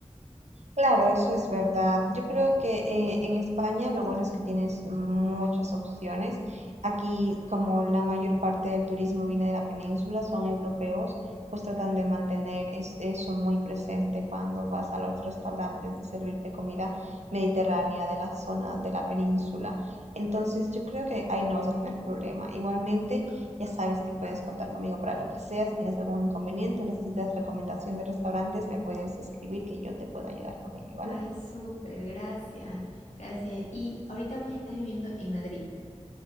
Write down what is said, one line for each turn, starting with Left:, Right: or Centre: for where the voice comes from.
Right: Claro, eso es verdad. Yo creo que eh, en España lo bueno es que tienes muchas opciones. Aquí, como la mayor parte del turismo viene de la península, son europeos, pues tratan de mantener es- eso muy presente cuando vas a los restaurantes de servirte comida mediterránea de la zona de la península. Entonces, yo creo que ahí no vas a tener problema. Igualmente, Ya sabes que puedes contar conmigo para lo que sea. Si tienes algún inconveniente o necesitas recomendación de restaurantes, me puedes escribir que yo te puedo ayudar con ello, ¿vale?
Left: Ay, súper, gracias, gracias. Y ahorita vos estás viviendo en Madrid.